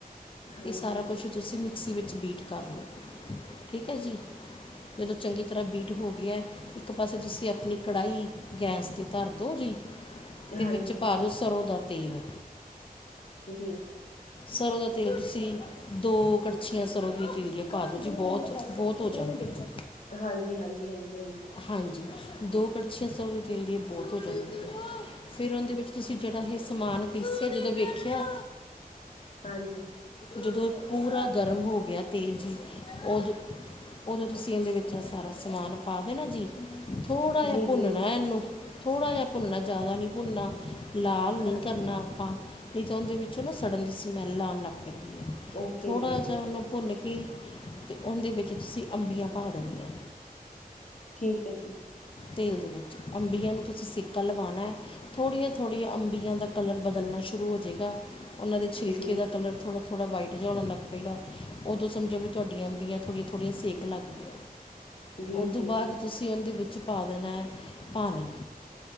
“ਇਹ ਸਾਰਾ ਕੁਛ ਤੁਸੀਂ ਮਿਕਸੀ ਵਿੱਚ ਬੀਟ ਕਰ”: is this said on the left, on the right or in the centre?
Left